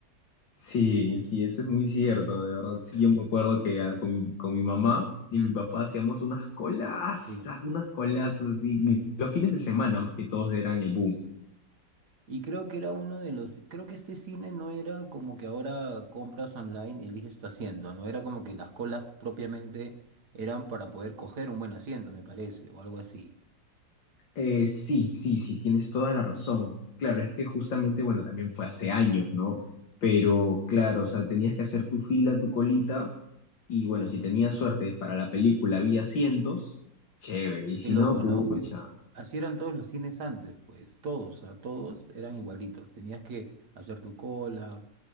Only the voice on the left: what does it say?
Sí, sí, eso es muy cierto, de verdad. Sí, yo me acuerdo que ah, con mi, con mi mamá
y mi papá hacíamos unas colazas,
unas colazas así, y los fines de semana más que todos eran el boom.
Eh, sí, sí, sí, tienes toda la razón. Claro, es que justamente, bueno, también fue hace años, ¿no? Pero claro, o sea, tenías que hacer tu fila, tu colita, y bueno, si tenías suerte para la película había asientos, chévere, y si
no, pucha.